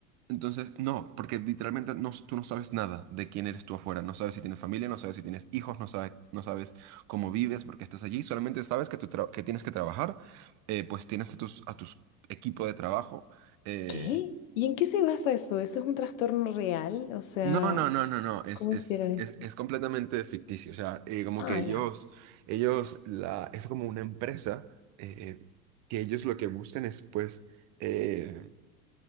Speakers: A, on the right (about 35°); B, on the left (about 55°).
A: entonces, no, porque literalmente no, tú no sabes nada de quién eres tú afuera. No sabes si tienes familia, no sabes si tienes hijos, no sabes, no sabes cómo vives porque estás allí. Solamente sabes que, tú tra- que tienes que trabajar, eh, pues tienes a tus, a tus equipo de trabajo. eh,
B: ¿Qué? ¿Y en qué se basa eso? ¿Eso es un trastorno real? O sea,
A: No, no, no, no, no. Es,
B: ¿cómo
A: es,
B: hicieron esto?
A: es, es completamente ficticio. O sea, eh, como
B: Ah,
A: que ellos,
B: ya.
A: ellos, la, es como una empresa eh, que ellos lo que buscan es, pues, eh,